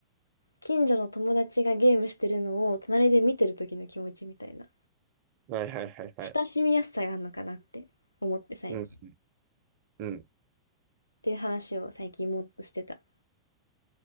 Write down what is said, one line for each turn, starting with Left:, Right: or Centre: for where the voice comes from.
Left: 近所の友達がゲームしてるのを隣で見てる時の気持ちみたいな、
Right: はいはいはいはい。
Left: 親しみやすさがあるのかなって思って最近。
Right: うん、
Left: っ
Right: うん、うん。
Left: ていう話を最近もっとしてた。